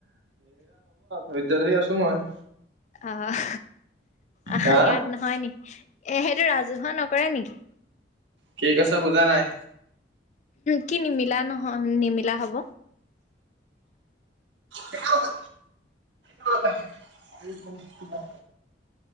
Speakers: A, on the right (about 85°); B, on the left (about 40°).
A: ধৰ্য্য ধৰি আছো মই।
B: অহ, আহ
A: হা
B: ইয়াত নহয় নি? এ, সেইটো ৰাজহুৱা নকৰে নেকি?
A: কি ক ইছা বুজা নাই।
B: কি নিমিলা নহয়, নিমি লা হ'ব।
A: ৰ'বা, ৰ'বা।